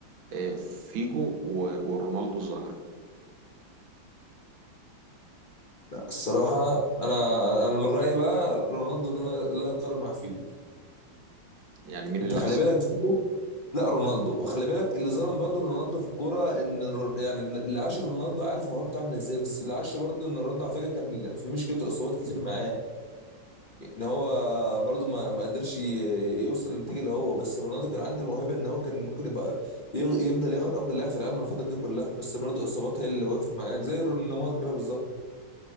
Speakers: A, on the right; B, on the left.
A: آه فيجو و- ورونالدو الظاهره
B: لا الصراحة أنا أنا من رأيي بقى رونالدو لا, لا يقارن مع فيجو
A: يعني مين
B: أنت
A: اللي
B: خلي
A: احسن
B: بالك برضو لا رونالدو وخلي بالك اللي ظلم برضو رونالدو في الكورة إن رو- يعني اللي عاش رونالدو عارف موهبته عاملة إزاي بس اللي عاش برضو إن رونالدو على فكرة كان في مشكلته إصابات كتير معاه إن هو برضو ما ما قدرش ي- يوصل للنتيجة اللي هو بس رونالدو كان عنده الموهبة إن هو كان ممكن يبقى يغ- يفضل ياخد أفضل لاعب في العالم الفترة دي كلها بس برضو الإصابات هي اللي وقفت معاه زي نيمار كده بالظبط